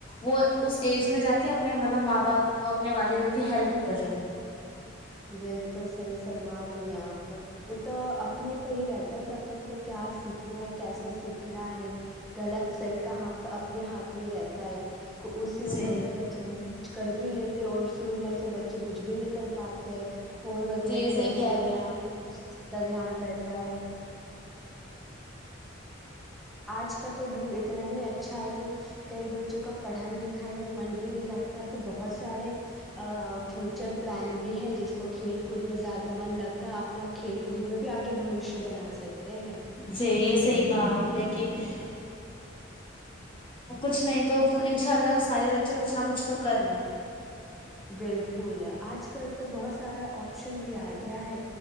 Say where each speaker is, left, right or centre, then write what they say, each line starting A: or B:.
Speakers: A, on the left; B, in the centre.
A: وہ اس ایج میں جا کے اپنے مطلب ماں باپ کو اپنے والدوں کی ہیلپ کر رہے
B: بالکل صحی فرما رہی ہیں آپ تو اپنے پہ ہی رہتا ہے کہ اپنے کو کیا سیکھنا ہے کیسا سیکھنا ہے غلط صحیح کا ہاتھ اپنے ہاتھ میں رہتا تا ہے تو اسی عمر
A: جی
B: کے بچے بہت مچھ کر بھی لیتے اور سےر کے بچ چ کچھ بھی نہیں کر پاتا فون وغیرہ
A: جی
B: میں
A: صحیح
B: لگے
A: کہہ
B: رہتے
A: رہی
B: ہیں
A: آپ
B: زیادہ دھیان رہتا ہے <inaudible> آج کا تو یوگ اتنا ہی اچھا ہے کہ کئی بچ بچوں کا پڑھائی لکھائی میں من بھی بھی نہیں لگتا تو بہت سارے فیوچر پلان بھی ہے جس کو کھیل کود میں زیادہ من لگتا ہے اپنا کھیل کود میں بھی آگے بوشیہ بنا سکتے ہیں
A: جی یہ صحیح کہا آپ <inaudible> کچھ نہیں تو انشاء اللہ سارے بچے کچھ نہ کچھ تو کر لیں
B: بالکل آج کل تو بہت سارا آپشن بھی آ گیا ہے